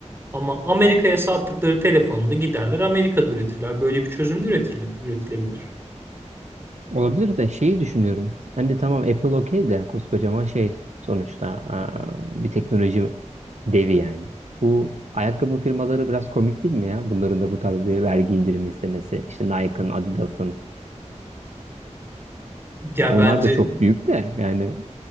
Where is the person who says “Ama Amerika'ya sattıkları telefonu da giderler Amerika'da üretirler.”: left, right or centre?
Right